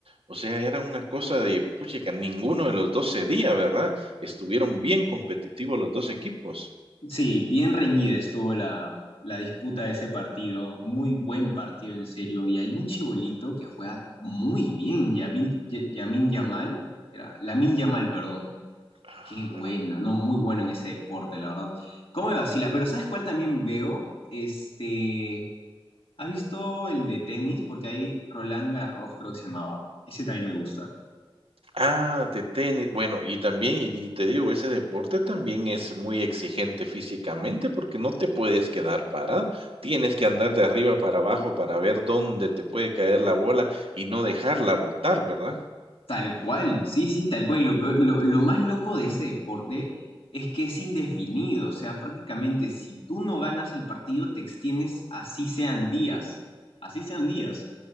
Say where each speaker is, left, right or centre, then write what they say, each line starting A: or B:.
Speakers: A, on the right; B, on the left.
A: O sea, era una cosa de, puchica, ninguno de los 2 cedía, ¿verdad? Estuvieron bien competitivos los dos equipos.
B: Sí, bien reñida estuvo la, la disputa de ese partido. Muy buen partido, en serio. Y hay un chibolito que juega muy bien, Yamil, Y- Yamin Yamal. Era, Lamin Yamal, perdón.
A: Ajá.
B: Qué bueno, no, muy bueno en ese deporte, la verdad. ¿Cómo me vacila? Pero ¿sabes cuál también veo? Este, ¿Has visto el de tenis? Porque hay Roland Garros, creo que se llamaba. Ese también me gusta.
A: Ah, de tenis. Bueno, y también, y y te digo, ese deporte también es muy exigente físicamente porque no te puedes quedar parado. Tienes que andar de arriba para abajo para ver dónde te puede caer la bola y no dejarla botar, ¿verdad?
B: Tal cual, sí, sí, tal cual. Y lo, peor- lo, lo más loco de ese deporte es que es indefinido. O sea, prácticamente si tú no ganas el partido, te extiendes así sean días. Así sean días.